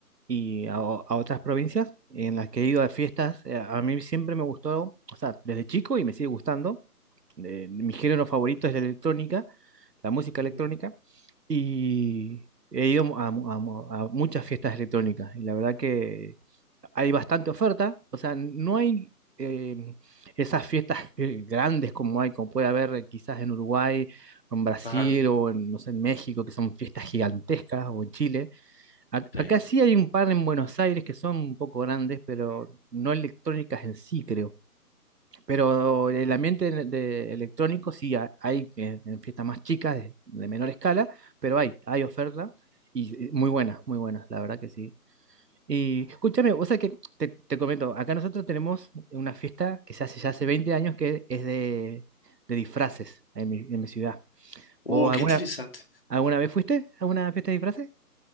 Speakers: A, on the right; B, on the left.
A: y a, o- a otras provincias en las que he ido a fiestas. Eh, A mí siempre me gustó, o sea, desde chico y me sigue gustando. eh, mi género favorito es la electrónica, la música
B: Ujú,
A: electrónica, y he ido a, mu- a mu- a muchas fiestas electrónicas. Y la verdad que hay bastante oferta, o sea, no hay eh, esas fiestas <laughs> eh, grandes como hay, como puede haber eh, quizás en Uruguay, o en Brasil
B: Claro,
A: o en, no sé, en México, que son fiestas gigantescas, o en Chile. Ac-
B: sí.
A: acá sí hay un par en Buenos Aires que son un poco grandes, pero no electrónicas en sí, creo. Pero el ambiente de, de electrónico sí ha- hay eh, en, fiestas más chicas, de, de menor escala, pero hay, hay oferta. Y eh, muy buenas, muy buenas, la verdad que sí. Y escúchame, o sea que te, te comento, acá nosotros tenemos una fiesta que se hace ya hace 20 años que es de, de disfraces en mi, en mi ciudad.
B: Uh,
A: ¿Vos
B: qué
A: alguna,
B: interesante.
A: alguna vez fuiste a una fiesta de disfraces?